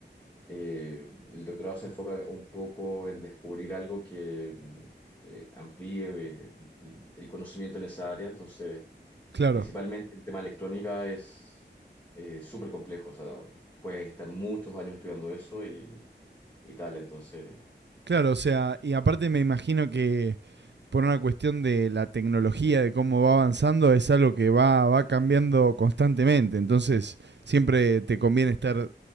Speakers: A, on the left (about 20°); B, on the right (about 70°).
A: eh, el doctorado se enfoca un poco en descubrir algo que mm, eh, amplíe eh, el el conocimiento en esa área, entonces...
B: Claro,
A: Principalmente el tema electrónica es eh, súper complejo, o sea, puedes estar muchos años estudiando eso y, y tal, entonces...
B: claro, o sea, y aparte me imagino que por una cuestión de la tecnología, de cómo va avanzando, es algo que va, va cambiando constantemente. Entonces, siempre te conviene estar